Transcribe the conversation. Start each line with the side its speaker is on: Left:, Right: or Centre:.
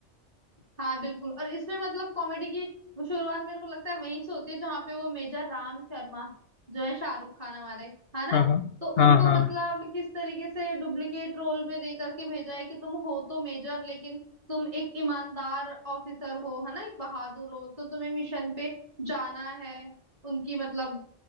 Right: हाँ बिल्कुल और इसमें मतलब कॉमेडी की वो शुरुआत मेरे को लगता है वहीं से होती है जहाँ पे वो मेजर राम शर्मा जो है शाहरुख खान हमारे है ना
Left: हाँ हाँ
Right: तो
Left: हाँ
Right: उनको
Left: हाँ
Right: मतलब किस तरीके से डुप्लीकेट रोल में दे करके भेजा है कि तुम हो तो मेजर लेकिन तुम एक ईमानदार ऑफिसर हो है ना एक बहादुर हो तो तुम्हें मिशन पे जाना है उनकी मतलब